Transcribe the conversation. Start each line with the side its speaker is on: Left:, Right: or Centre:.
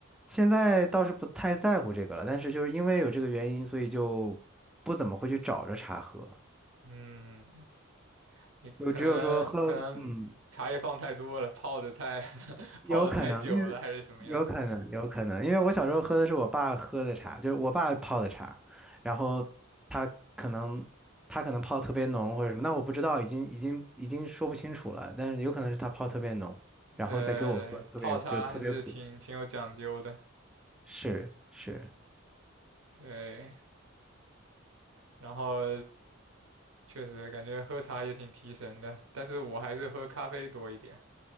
Centre: 现在倒是不太在乎这个了，但是就是因为有这个原因，所以就不怎么会去找着茶喝，
Right: 嗯，你可能可能茶叶放太多了，
Centre: 就只有说喝，嗯，
Right: 泡的太 <laughs>
Centre: 有可能，
Right: 泡的太久了，
Centre: 因为有可能，
Right: 还是什么样？
Centre: 有可能，因为我小时候喝的是我爸喝的茶，就是我爸泡的茶，然后他可能他可能泡特别浓或者什么，那我不知道，已经已经已经说不清楚了，但是有可能是他泡特别浓，然后再给我喝，
Right: 对，
Centre: 特别就特别苦。
Right: 泡茶还是挺挺有讲究的。
Centre: 是是，
Right: 对，然后确实感觉喝茶也挺提神的，但是我还是喝咖啡多一点。